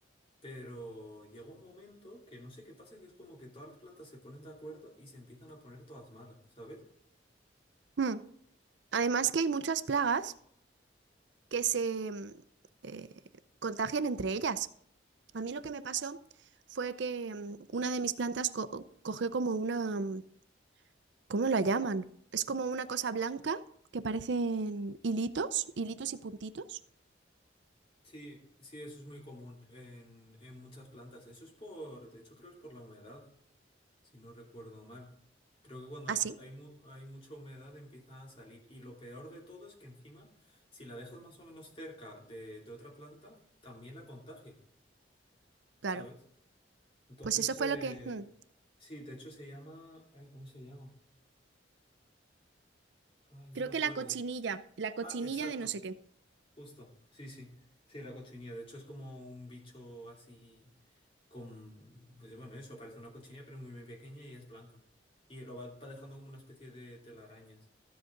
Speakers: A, on the left; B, on the right.
A: pero llega un momento que no sé qué pasa, que es como que todas las plantas se ponen de acuerdo y se empiezan a poner todas malas, ¿sabes?
B: Hmm. Además que hay muchas plagas que se mm, eh, contagian entre ellas. A mí lo que me pasó fue que mm, una de mis plantas co- cogió como una, mm, ¿cómo la llaman? Es como una cosa blanca que parecen hilitos, hilitos y puntitos.
A: Sí, sí, eso es muy común en, en muchas plantas. Eso es por, de hecho creo es por la humedad. si no recuerdo mal. Creo que cuando
B: Así,
A: hace- hay, mu- hay mucha humedad empieza a salir. Y lo peor de todo es que encima, si la dejas más o menos cerca de, de otra planta, también la contagia,
B: claro.
A: ¿sabes? Entonces,
B: Pues eso fue
A: eh,
B: lo que... mm,
A: sí, de hecho se llama... Ay, ¿cómo se llama? Ay, no
B: Creo
A: me acuerdo.
B: que la cochinilla, la cochinilla
A: Ah, exacto,
B: de no sé qué.
A: justo. Sí, sí. Sí, la cochinilla. De hecho es como un bicho así con... Pues bueno, eso, parece una cochinilla, pero es muy, muy pequeña y es blanca. Y lo va, va dejando como una especie de telarañas.